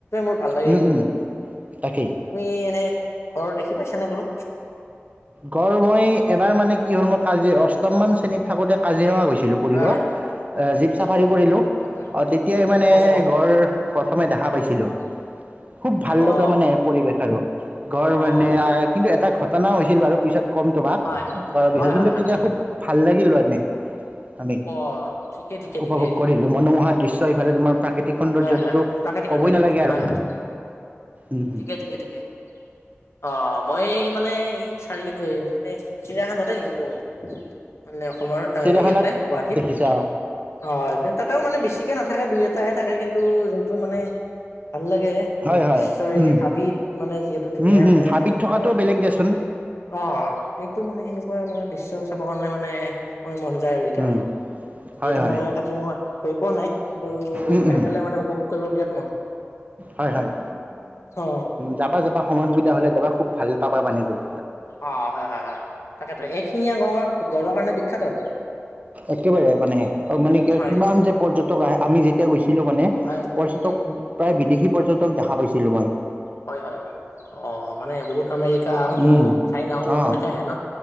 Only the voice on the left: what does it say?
মোৰ ভাল লাগে
কিন্তু
তুমি এনেই গড় দেখি পাইছা নে বোলো?
হয়
অ
হয় হয়
অ অ
হয়, হয়,
অ
অ
ভাল
হয়
হয়
হয় হয়
অ ঠিকে ঠিকে
ঠিকে
হয় হয় প্ৰাকৃতিক
সৌন্দৰ্য
হয় হয়
ঠিকে ঠিকে ঠিকে, অ মই মানে এই চাৰি এ মানে চিৰায়াখানতে এৰিলোঁ মই, মানে আমাৰ
ইয়াতে গুৱাহাটীত।
অ, তাতেও মানে বেছিকে নাথাকে দুই এটাহে থাকে কিন্তু, যোনটো মানে ভাল লাগে। যোনটো
দৃশ্য এই
হাবিত মানে যিহেতু ধুনীয়াকে
মানে
থাকে।
অ, সেইটো মানে সেনেকুৱা মানে দৃশ্য চাবৰ কাৰণে মানে, অকমান মন যায় আৰু কেতিয়াবা।
যিহেতু
মই কাজিৰঙাত গৈ পোৱা নাই কিন্তু গৈ
পাই
ফালে মানে উপভোগ কৰিব বিৰাট মন
অ
অ, হয়, হয়, হয়, তাকে তাক এক শিঙীয়া গঙৰ গড়ৰ কাৰণে বিখ্যাত আৰু
হয়
হয়
উম
হয়, হয়, হয়, অ, মানে বহুত আমেৰিকা সমূহ
চাইনা সমূহ
তেনেকে আহে ন